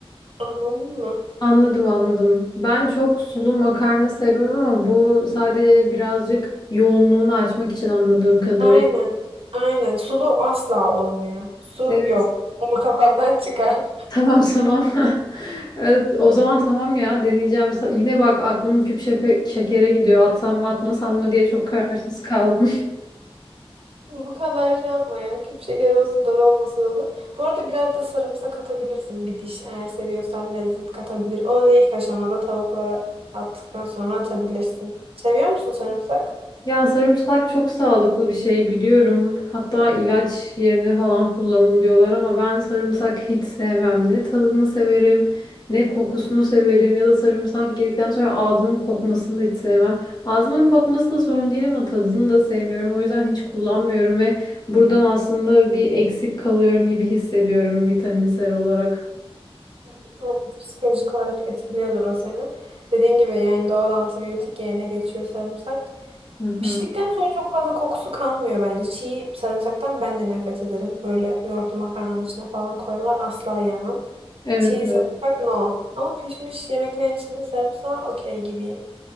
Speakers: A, on the right; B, on the left.
A: anladın mı?
B: Anladım anladım. Ben çok sulu makarna sevmem ama bu sadece birazcık yoğunluğunu açmak için anladığım kadarıyla.
A: Aynen. Aynen. Sulu asla olmuyor. Su
B: Evet.
A: yok. Ama kafandan çıkar.
B: <laughs> Tamam tamam. <laughs> Evet, o zaman tamam ya deneyeceğim. Sa- Yine bak aklım küp şepe- şekere gidiyor. Atsam mı atmasam mı diye çok kararsız kaldım.
A: Bu kadar şey yapma ya. Küp şeker olsa dolu olmasa da olur. Bu arada biraz da sarımsak atabilirsin bir diş. Eğer seviyorsan lezzet katabilir. Onu da ilk aşamada tavuklara attıktan sonra atabilirsin. Seviyor musun sarımsak?
B: Ya sarımsak çok sağlıklı bir şey biliyorum. Hatta ilaç yerine falan kullanın diyorlar ama ben sarımsak hiç sevmem. Ne tadını severim, ne kokusunu severim ya da sarımsak girdikten sonra ağzımın kokmasını da hiç sevmem. Ağzımın kokması da sorun değil ama tadını da sevmiyorum. O yüzden hiç kullanmıyorum ve buradan aslında bir eksik kalıyorum gibi hissediyorum vitaminsel olarak.
A: Evet, Psikolojik olarak etkiliyordur o seni. Dediğin gibi yani doğal antibiyotik yerine geçiyor sarımsak.
B: Hı hı.
A: Piştikten sonra çok fazla kokusu kalmıyor bence. Çiğ sarımsaktan ben de nefret ederim. Böyle yoğurtlu makarnanın içine falan koyuyorlar. Asla yemem.
B: Evet
A: Çiğ
B: evet.
A: sarımsak no. Ama pişmiş yemeklerin içinde sarımsağı okey gibiyim.